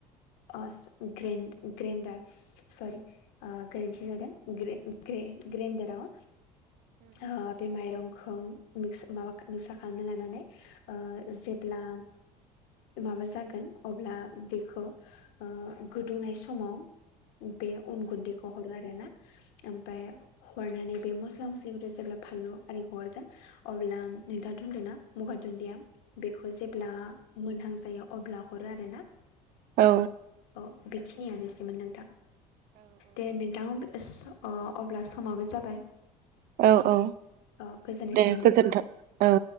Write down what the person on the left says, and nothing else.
अ ग्रेन ग्रेन्डार सरि ओ गोरोन्थि जादों ग्रे ग्रे ग्रेनदाराव ओ बे माइरंखौ मि माबा मिक्सा खालामना लानानै ओ जेब्ला माबा जागोन अब्ला बेखौ ओ गोदौनाय समाव बे अन गुन्दैखौ हरो आरो ना ओमफाय हरनानै बे मस्ला मस्लिखौ' जेब्ला फानलु आरि हरगोन अब्ला नोंथाङाथ होनदों ना गंगार दुन्दिया बेखौ जेब्ला मोनहां जायो अब्ला हरो आरो ना
अ बेखिनियानोसैमोन नोंथां दे नों थां अ सअब्ला समाबो जाबाय
औ गोजोननाय
थाबाय
नोंथां